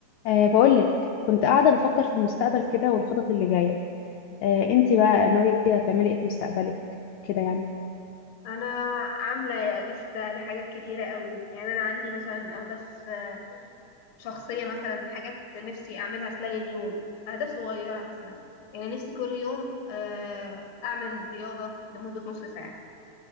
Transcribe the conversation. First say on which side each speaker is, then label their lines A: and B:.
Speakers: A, on the left (about 80°); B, on the left (about 50°).
A: أه بقولك كنت قاعدة بفكر في المستقبل كده والخطط اللي جاية أه انتي بقى ناوية تعملي ايه في مستقبلك كده يعني
B: انا عامله لسته لحاجات كتيره قوي يعني انا عندي مثلا اهداف آه، شخصيه مثلا حاجات نفسي اعملها خلال اليوم اهداف صغيره مثلا يعني نفسي كل يوم آه، اعمل رياضه لمده نص ساعه